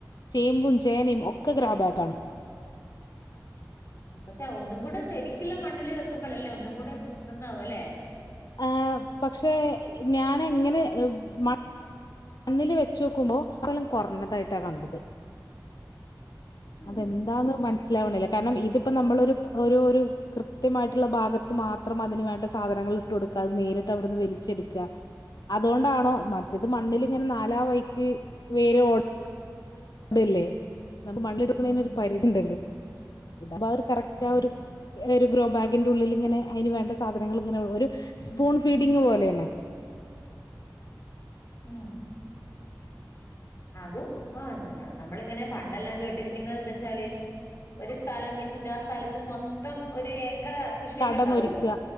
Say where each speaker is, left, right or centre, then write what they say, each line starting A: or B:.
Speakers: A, on the left (about 70°); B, on the left (about 40°).
A: ചേമ്പും ചേനേം ഒക്കെ ഗ്രോ ബാഗാണ്
B: അ പക്ഷെ ഒന്നും കൂടെ ശെരിക്ക്ള്ള മണ്ണില് വെക്കുമ്പളല്ലേ ഒന്നും കൂടെ നന്നാവ ല്ലേ
A: ആ പക്ഷെ ഞാനെങ്ങനെ മ മണ്ണില് വെച്ചോക്കുമ്പോ ഇക്കൊല്ലം കൊർഞ്ഞതായിട്ട
B: ഉം
A: കണ്ടത്
B: ഉം
A: അതെന്താന്ന് മനസ്സിലാവണില്ല കാരണം ഇതിപ്പോ നമ്മളൊരു ഒരു ഒരു കൃത്യമായിട്ടുള്ള ഭാഗത്ത് മാത്രം അതിന് വേണ്ട സാധനങ്ങൾ ഇട്ട് കൊടുക്ക അത് നേരിട്ട് അവ്ട്ന്ന് വെലിച്ചെട്ക്ക അതോണ്ടാണോ മറ്റത്
B: ഉം
A: മണ്ണിൽങ്ങനെ നാലാ വൈക്ക് വേരോ ടല്ലേ നമ്മക്ക് മണ്ണില്ട്ടൊട്ക്ക്ണേനൊരു
B: ഉം ഉം
A: പരിധി ണ്ടല്ലോ ഇതാവുമ്പോ കറക്റ്റാ
B: ഉം.
A: ആ ഒരു ഒര് ഗ്രോ ബാഗിന്റെ ഉള്ളില്ങ്ങനെ അയിന് വേണ്ട സാധനങ്ങള് ങ്ങനെ ഒരു സ്പൂൺ ഫീഡിങ് പോലേണ്
B: ഉം അതും ആ നമ്മളിങ്ങനെ പണ്ടെല്ലാം കേട്ടിരിക്കുന്നത് എന്താച്ചാല് ഒര് സ്ഥലം വെച്ച്ട്ട് ട്ടാ സ്ഥലത്ത് മൊത്തം ഒര് ഏക്കറ കൃഷിയൊക്കെണ്ടാവല്ലോ
A: തടമൊരുക്കുക